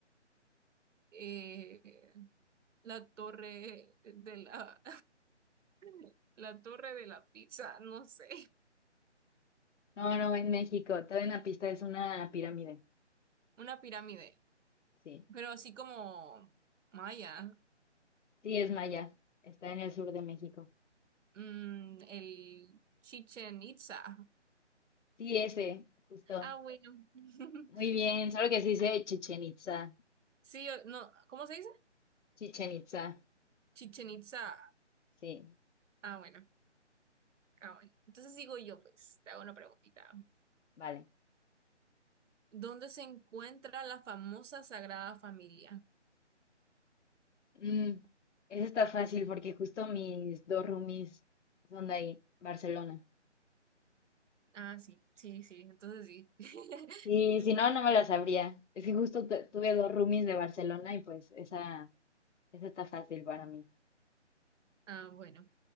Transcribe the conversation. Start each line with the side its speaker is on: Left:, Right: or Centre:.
Right: <laughs> eh, la torre de la, <laughs> la torre de la pizza, no sé,
Left: No, no, en México. Te doy una pista, es una pirámide.
Right: una pirámide,
Left: Sí,
Right: pero así como maya.
Left: sí, es maya. Está en el sur de México.
Right: Mm, el Chichen Itza.
Left: Sí, ese, justo.
Right: Ah, bueno. <laughs>
Left: Muy bien, solo que se dice Chichen Itza.
Right: Sí, o- no, ¿cómo se dice?
Left: Chichen Itza.
Right: Chichen Itza.
Left: Sí,
Right: Ah, bueno. Ah, bueno. Entonces digo yo, pues, te hago una preguntita.
Left: vale.
Right: ¿Dónde se encuentra la famosa Sagrada Familia?
Left: Mm, eso está fácil porque justo mis dos roomies son de ahí, Barcelona.
Right: Ah, sí, sí, sí. Entonces sí. <laughs>
Left: Sí, si no, no me la sabría. Es que justo tu- tuve dos roomies de Barcelona y pues esa, esa está fácil para mí.
Right: Ah, bueno.